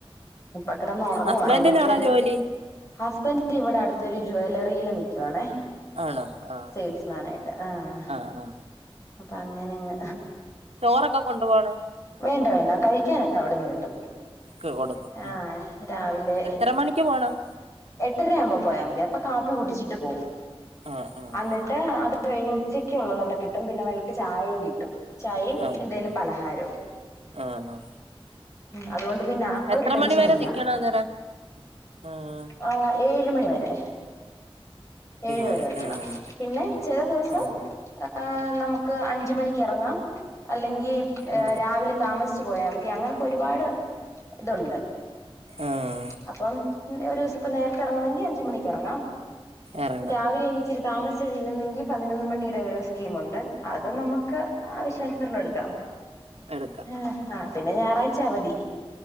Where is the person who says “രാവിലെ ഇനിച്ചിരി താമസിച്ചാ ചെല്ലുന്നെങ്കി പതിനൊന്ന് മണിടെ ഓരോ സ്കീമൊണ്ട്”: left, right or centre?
Left